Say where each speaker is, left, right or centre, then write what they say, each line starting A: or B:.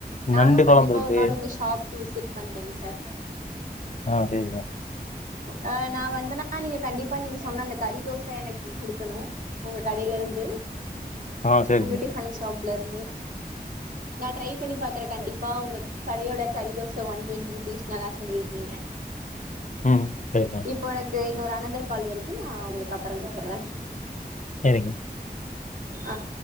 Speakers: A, on the right (about 55°); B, on the left (about 50°).
A: நானும்
B: நண்டு
A: கண்டிப்பா
B: குழம்பு இருக்கு
A: ஒரு நாள் உங்க ஷாப் விசிட் பண்றேங்க சார்
B: ஆஹ் சரித
A: அஹ் நான் வந்தேன்னா நீங்க கண்டிப்பா நீங்க சொன்ன அந்த கரி தோசை எனக்கு குடுக்கணும் உங்க கடையில இருந்து
B: ஆ சரிங்க
A: உங்கிட்ட ஃபன் ஷாப் லருந்து நா டரை பண்ணி பாக்றே கண்டிப்பா உங்க கடையோட கறி தோச ஒன் ட்வென்ட்டி ருப்பீஸ்லலா சொல்லிருக்கீங்க
B: ம் சரிக்கா
A: இப்போ எனக் இன்னொரு அனதர் கால் வருது நா உங்களுக்கு அப்பற கூப்புட்ற
B: சரிங்க
A: அ